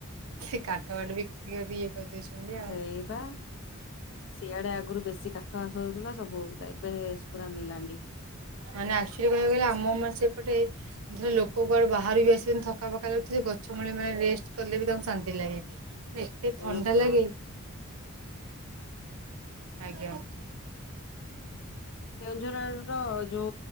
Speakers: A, on the right (about 80°); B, on the left (about 60°).
A: ସେ କାଠ ଫାଟ ବିକ୍ରି କରିିକି ଇଏ କରିଦେଇଉଛନ୍ତି ଆଉ।
B: ହେଇପା। ସିଆଡେ ଆଗରୁ ବେଶୀ କାଠାବାସ ହଉଥିଲା ସବୁ ହଉଥିଲା ଏବେ ପୁରା ନିଲାଣ୍ଡି।
A: ମାନେ ଆକ୍ଚୁଆଲି କହିବାକୁ ଗଲେ ଆମ ମାନେ ସେପଟେ ଧର ଲୋକ କୁଆଡେ ବାହାରୁ ବି ଆସିଛନ୍ତି ଥକା ଫକା ଲାଗୁଥିଲେ ଗଛ ମୂଳେ ମାନେ ରେଷ୍ଟ କଲେ ବି ତାଙ୍କୁ ଶାନ୍ତି ଲାଗେ। ମାନେ ଏତେ
B: ହୁଁ
A: ଥଣ୍ଡା
B: ହଁ
A: ଲାଗେ ଆଜ୍ଞା।
B: କେଉଁଝର ଆଡ଼ର ଜଉ